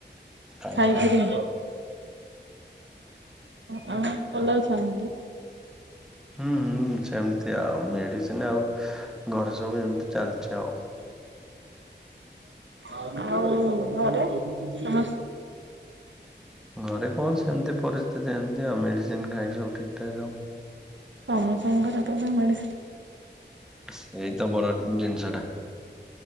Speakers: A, in the centre; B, on the right.
A: ଆଜ୍ଞା।
B: ଖାଇକିରି। ହଁ ଆପଣ ଭଲ ଅଛନ୍ତି କି?
A: ହୁଁ ହୁଁ ସେମିତି ଆଉ ମେଡିସିନ ଆଉ ଘରେ ସବୁ ଏମତି ଚାଲିଛି ଆଉ।
B: ଆଉ ଘରେ ସମ
A: ଘରେ କଣ ସେମିତି ପରିସ୍ଥିତି ଏମିତି ଆଉ ମେଡ଼ିସିନ ଖାଇକି ସବୁ ଠିକ୍ ଠାକ୍ ଆଉ।
B: ସମସ୍ତଙ୍କର ତ ମେଡ଼ିସିନ୍?
A: ସେଇତ ବଡ ଜି ଜିନିଷନା।